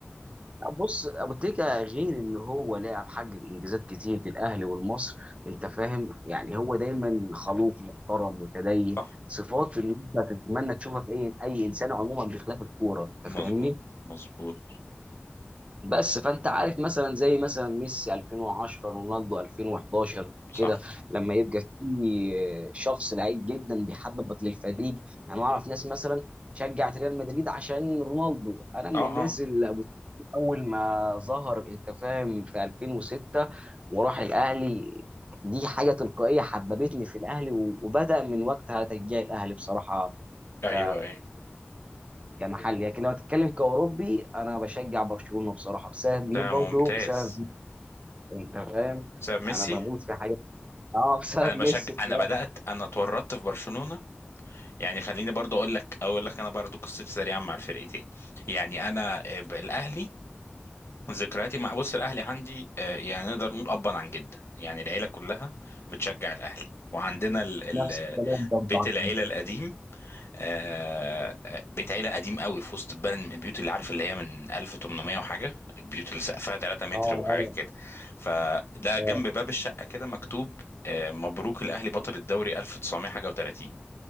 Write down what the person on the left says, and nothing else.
صح
مظبوط
مظبوط
صح
اه
اه
ايوه
ايوه
ده
ممتاز
بسبب ميسي
انا بشجع
انا بدأت انا اتورطت في برشلونة يعني خليني برضو اقول لك اقول لك انا برضو قصتي سريعا مع الفرقتين يعني انا آه، ب- الاهلي ذكرياتي مع بص الاهلي عندي آه، يعني نقدر نقول ابا عن جدا يعني العيله كلها بتشجع الاهلي وعندنا ال
ال
بيت
العيله القديم آه، آه، بيت عيله قديم قوي في وسط البلد من البيوت اللي عارف اللي هي من 1800 وحاجه البيوت اللي سقفها 3 متر
وحاجات
كده فده
جنب باب الشقه كده مكتوب آه، مبروك الاهلي بطل الدوري 1900 حاجه و30